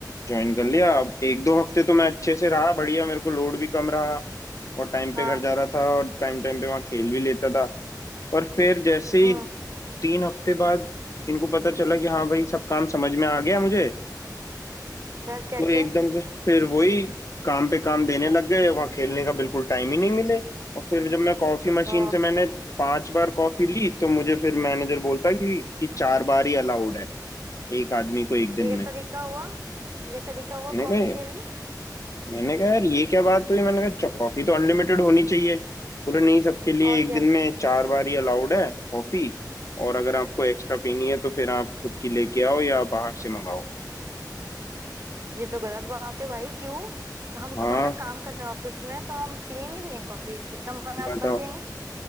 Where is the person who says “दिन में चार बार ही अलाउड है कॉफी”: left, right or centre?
Left